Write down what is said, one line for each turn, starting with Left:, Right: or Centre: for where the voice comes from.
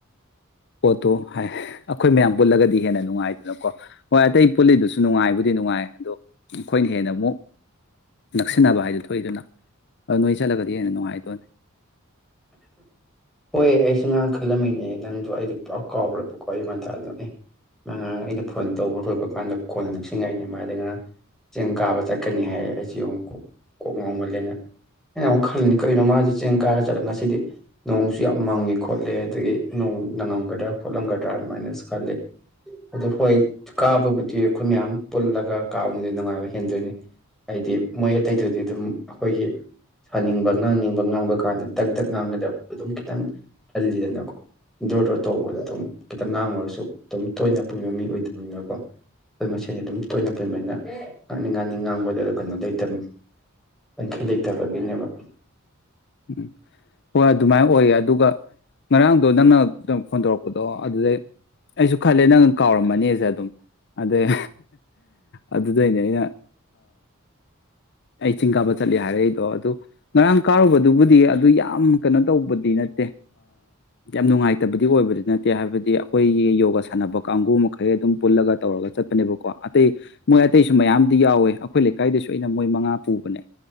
Left: ꯄꯣꯠꯇꯣ ꯍꯥꯏ ꯑꯩꯈꯣꯏ ꯃꯌꯥꯝ ꯄꯨꯜꯂꯒꯗꯤ ꯍꯦꯟꯅ ꯅꯨꯡꯉꯥꯏꯗꯅꯀꯣ꯫ ꯍꯣꯏ ꯑꯇꯩ ꯄꯨꯜꯂꯤꯗꯨꯁꯨ ꯅꯨꯡꯉꯥꯏꯕꯨꯗꯤ ꯅꯨꯡꯉꯥꯏ ꯑꯗꯣ ꯑꯩꯈꯣꯏꯅ ꯍꯦꯟꯅ ꯑꯃꯨꯛ ꯅꯛꯁꯤꯟꯅꯕ ꯍꯥꯏꯗꯨ ꯊꯣꯛꯏꯗꯅ ꯑꯗꯅꯣꯏ ꯆꯠꯂꯒꯗꯤ ꯍꯦꯟꯅ ꯅꯨꯡꯉꯥꯏꯗꯣꯏꯅꯤ꯫
Centre: ꯍꯣꯏ ꯑꯩꯁꯨ ꯉꯔꯥꯡ ꯈꯜꯂꯝꯃꯤꯅꯦ ꯅꯪꯗꯣ ꯑꯩꯗꯣ ꯄꯨꯔꯥ ꯀꯥꯎꯈꯕꯀꯣ ꯑꯌꯨꯛ ꯉꯟꯇꯥꯟꯗꯨꯗ ꯑꯦ ꯃꯥ ꯉꯔꯥꯡ ꯑꯩꯅ ꯐꯣꯟ ꯇꯧꯕ ꯂꯣꯏꯕ ꯀꯥꯟꯗ ꯀꯣꯟꯅ ꯅꯛꯁꯤꯡꯉꯥꯏꯅꯦ ꯃꯥꯗꯩ ꯉꯔꯥꯡ ꯆꯤꯡ ꯀꯥꯕ ꯆꯠꯀꯅꯤ ꯍꯥꯏꯌꯦ ꯑꯩꯖꯤ ꯑꯃꯨꯛ ꯀꯣꯛ ꯀꯣꯛ ꯉꯥꯎꯃꯜꯂꯦꯅ ꯑꯩꯅ ꯑꯃꯨꯛ ꯈꯜꯂꯅꯤ ꯀꯔꯤꯒꯤꯅꯣ ꯃꯥꯖꯨ ꯆꯤꯡ ꯀꯥꯔ ꯆꯠꯂ ꯉꯁꯤꯗꯤ ꯅꯣꯡꯁꯨ ꯌꯥꯝ ꯃꯪꯉꯦ ꯈꯣꯠꯂꯦ ꯑꯗꯒꯤ ꯅꯣꯡ ꯅꯪꯉꯝꯒꯗ꯭ꯔꯥ ꯈꯣꯠꯂꯝꯒꯗ꯭ꯔꯥ ꯑꯗꯨꯃꯥꯏꯅꯁꯨ ꯈꯜꯂꯦ ꯑꯗꯨꯗ ꯍꯣꯏ ꯀꯥꯕꯕꯨꯗꯤ ꯑꯩꯈꯣꯏ ꯃꯌꯥꯝ ꯄꯨꯜꯂꯒ ꯀꯥꯕꯅꯗꯤ ꯅꯨꯡꯉꯥꯏꯕ ꯍꯦꯟꯗꯣꯏꯅꯤ ꯍꯥꯏꯗꯤ ꯃꯣꯏ ꯑꯇꯩꯗꯨꯗꯤ ꯑꯗꯨꯝ ꯑꯩꯈꯣꯏꯒꯤ ꯁꯥꯅꯤꯡꯕ ꯉꯥꯡꯅꯤꯡꯕ ꯉꯥꯡꯕ ꯀꯥꯟꯗ ꯗꯛ ꯗꯛ ꯉꯥꯡꯒꯗꯕꯗꯣ ꯑꯗꯨꯝ ꯈꯤꯇꯪ ꯍꯜꯂꯤꯗꯅꯀꯣꯟ ꯗꯣꯔ ꯗꯣꯔ ꯇꯧꯕꯗ ꯑꯗꯨꯝ ꯈꯤꯇꯪ ꯉꯥꯡꯉꯨꯔꯁꯨ ꯑꯗꯨꯝ ꯇꯣꯏꯅ ꯄꯨꯟꯕ ꯃꯤ ꯑꯣꯏꯗꯕꯅꯤꯅꯀꯣ ꯑꯩꯈꯣꯏ ꯃꯁꯦꯟꯁ ꯑꯗꯨꯝ ꯇꯣꯏꯅ ꯄꯨꯟꯕꯅꯤꯅ ꯉꯥꯡꯅꯤꯡ ꯉꯥꯡꯅꯤꯡ ꯉꯥꯡꯕꯗ ꯀꯩꯅꯣ ꯂꯩꯇꯝ ꯉꯝꯈꯩ ꯂꯩꯇꯕꯒꯤꯅꯦꯕ꯫
Left: <unintelligible> ꯍꯣꯏ ꯑꯗꯨꯃꯥꯏ ꯑꯣꯏꯌꯦ ꯑꯗꯨꯒ ꯉꯔꯥꯡꯗꯣ ꯅꯪꯅ ꯐꯣꯟ ꯇꯧꯔꯛꯄꯗꯣ ꯑꯗꯨꯗꯩ ꯑꯩꯁꯨ ꯈꯜꯂꯦ ꯅꯪꯅ ꯀꯥꯎꯔꯝꯃꯅꯤꯖꯦ ꯑꯗꯨꯝ ꯑꯗꯩ ꯑꯗꯨꯗꯩꯅꯦ ꯑꯩꯅ ꯑꯩ ꯆꯤꯡ ꯀꯥꯕ ꯆꯠꯂꯦ ꯍꯥꯏꯔꯩꯗꯣ ꯑꯗꯨ ꯉꯔꯥꯡ ꯀꯥꯔꯨꯕꯗꯨꯕꯨꯗꯤ ꯑꯗꯨ ꯌꯥꯝ ꯀꯩꯅꯣ ꯇꯧꯕꯗꯤ ꯅꯠꯇꯦ ꯌꯥꯝ ꯅꯨꯡꯉꯥꯏꯇꯕꯗꯤ ꯑꯣꯏꯕꯗꯤ ꯅꯠꯇꯦ ꯍꯥꯏꯕꯗꯤ ꯑꯩꯈꯣꯏꯒꯤ ꯌꯣꯒꯥ ꯁꯥꯟꯅꯕ ꯀꯥꯡꯒꯨ ꯃꯈꯩ ꯑꯗꯨꯝ ꯄꯨꯜꯂꯒ ꯇꯧꯔꯒ ꯆꯠꯄꯅꯦꯕꯀꯣ ꯑꯇꯩ ꯃꯣꯏ ꯑꯇꯩꯁꯨ ꯃꯌꯥꯝꯗꯤ ꯌꯥꯎꯋꯦ ꯑꯩꯈꯣꯏ ꯂꯩꯀꯥꯏꯗꯁꯨ ꯑꯩꯅ ꯃꯣꯏ ꯃꯉꯥ ꯄꯨꯕꯅꯦ